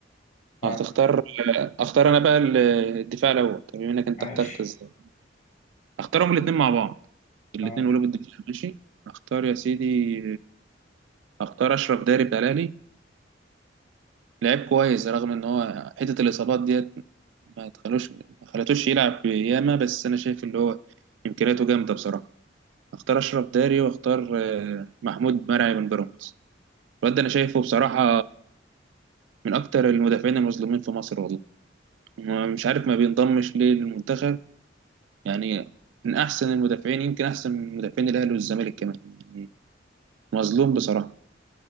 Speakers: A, on the left; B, on the right.
A: آه،
B: هتختار اختار انا بقى ال- الدفاع الاول طب بما انك انت
A: ماشي
B: اخترت ازاي اختارهم الاثنين مع بعض الاثنين
A: آه،
B: قلوب الدفاع ماشي اختار يا سيدي اختار اشرف داري بتاع الاهلي لعيب كويس رغم ان هو حته الاصابات ديت ما تخلوش ما خلتوش يلعب ياما بس انا شايف اللي هو امكانياته جامده بصراحه اختار اشرف داري واختار آه، محمود مرعي من بيراميدز الواد ده انا شايفه بصراحه من اكتر المدافعين المظلومين في مصر والله ما- مش عارف ما بينضمش ليه للمنتخب يعني من احسن المدافعين يمكن احسن من مدافعين الاهلي والزمالك كمان يعني مظلوم بصراحه